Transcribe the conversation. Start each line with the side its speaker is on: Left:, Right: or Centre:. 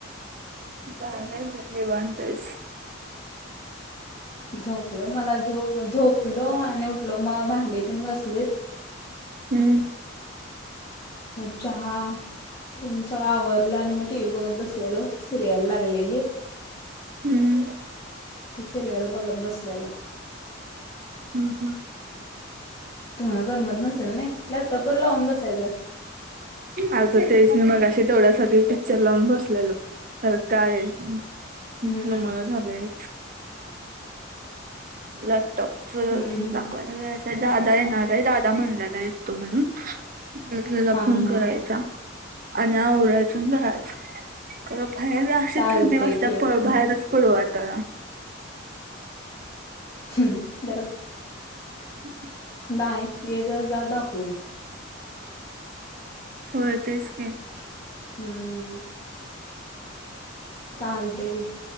Right: भारी आहे बाय निवांत आहेस
Left: झोपलो मला झ झोपलो आणि उठलो मग भांडीतून घसलीत
Right: हम्म
Left: मग चहा त्यांन सगळं आवरलं आणि मग टी व्ही बघत बसलेलो, सिरियल लागलेली.
Right: हम्म,
Left: ते सिरीयल बघत बसल्यालो.
Right: हम् हम्
Left: तुम्हाला करमत नसेल ना लॅपटॉप वर लावून बसायच.
Right: आ तेच मी मगाशी थोडासा पिकच्चर लावून बसलेलो. तर म काय करमाना
Left: हम्म
Right: झालय. लॅपटॉपच <unintelligible>
Left: हम्म
Right: मला जायचं दादा येणार आहे दादा म्हणलेला येत तो म्हणून. त्याला
Left: हा
Right: फोन करायचा.
Left: हा
Right: आणि आवरायच आन जायच खर बाहेर ना अशी
Left: चालतय
Right: थंडी वाचते
Left: की
Right: प बाहेरच पडू वाटाणा.
Left: हम् जर
Right: <inaudible>
Left: नाहीय य जा दाखवून.
Right: होय तेच की,
Left: हम्म चालते की,